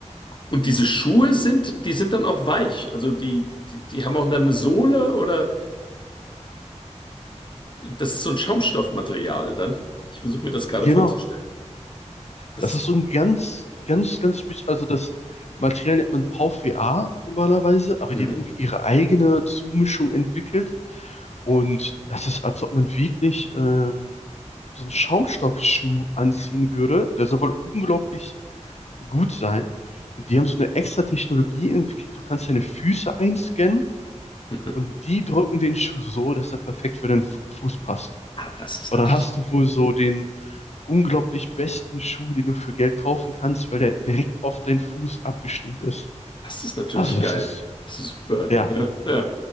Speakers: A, on the left; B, on the left.
A: Und diese Schuhe sind, die sind dann auch weich. Also die, die, die haben auch dann eine Sohle oder das ist so ein Schaumstoffmaterial dann. Ich versuche mir das gerade
B: Genau.
A: vorzustellen. Das
B: Das
A: ist,
B: ist so ein ganz, ganz, ganz spezieller, also das Material nennt man PauVA normalerweise, aber
A: mhm.
B: die haben irgendwie
A: <laughs>
B: ihre eigene Zumischung entwickelt. Und das ist, als ob man wirklich ähm, so einen Schaumstoffschuh anziehen würde. Der soll wohl unglaublich gut sein. Und die haben so eine extra Technologie entwickelt. Du kannst deine Füße einscannen
A: Mhm.
B: und die drücken den Schuh so, dass er perfekt für den Fu- Fuß passt.
A: Ah, das ist
B: Und
A: natürlich,
B: dann hast du wohl so den unglaublich besten Schuh, den du für Geld kaufen kannst, weil der direkt auf deinen Fuß abgestimmt ist.
A: das ist natürlich
B: Also das
A: geil.
B: ist,
A: Das ist super.
B: ja,
A: Ja, ja.